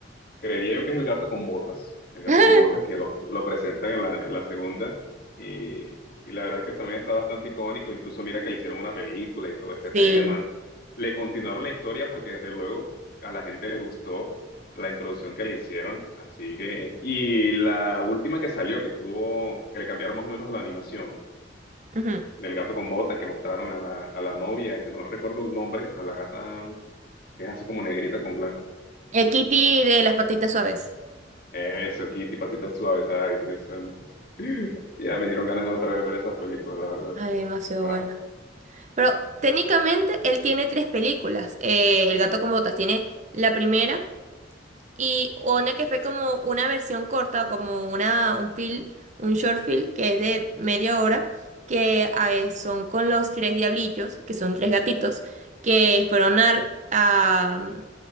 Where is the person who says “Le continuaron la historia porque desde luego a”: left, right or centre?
Left